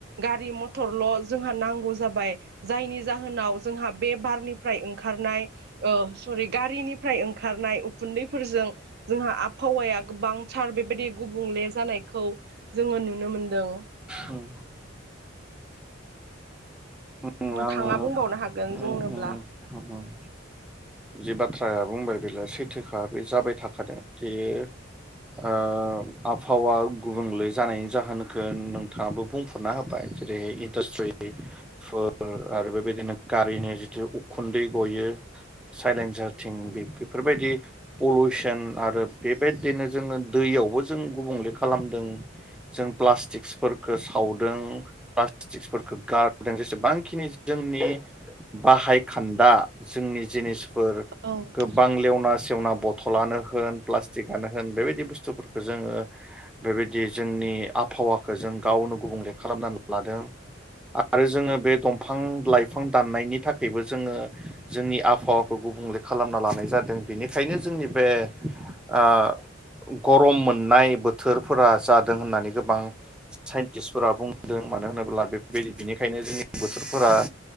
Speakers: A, on the right (about 55°); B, in the centre.
A: गारि मथरल' जोंहा नांगौ जाबाय जायनि जाहोनाव जोंहा बे बारनिफ्राय ओंखारनाय ओ सरि गारिनिफ्राय ओंखारनाय उखुन्दैफोरजों जोंहा आब हावाया गोबांथार बेबायदि गुबुंले जानाय खौ जोङो नुनो मोनदों
B: उम उम
A: <inaudible> नोंथाङा
B: आङो
A: बुंबावनो हागोन <unintelligible>
B: उम
A: बुंनोब्ला
B: उम उम उम जि बाथ्राया बुंबाय बेलाय सैथोखा बे जाबाय थाखादों बे ओ आब हावा गुबुंले जानायनि जाहोनखो नों थाङाबो बुंफोररना होबाय जेरै इनदास्ट्रि फोर आरो बेबायदि दिनो गारिनि जिथु उखुन्दै गयो। साइलेन्सारथिं बे बेफोरबायदि पलिउसन आरो बेबायदिनो जोङो दैयावबो जों गुबुंले खालामदों। जों प्लास्टिक्सफोरखौ सावदों प्लास्टिक्सफोरफोरखौ गारदों जेसेबां बांखिनि जोंनि बाहाय खान्दा। जोंनि जिनिस। फोर
A: औ
B: गोबां लेवना सेवना बथलानो होन प्लास्टिकआनो होन बेबायदि बुस्थुफोरखौ जोङो बेबायदि जोंनि आबहावाखौ जों गावनो गुबुंले खालामनानै लादों। आरो जोङो बे दंफां लाइफ फां दाननायनि थाखायबो जोङो जोंनि आफ आबहावाखौ गुबुंले खालामना लानाय जादों बेनिखायनो जोंनि बे ओ गरम मोननाय बोथोरफोरा जादों होननानै गोबां साइन्टिस्टफोरा बुंदों मानो होनोब्ला बेबायदि बिनिखायनो जोंनि बोथोरफोरा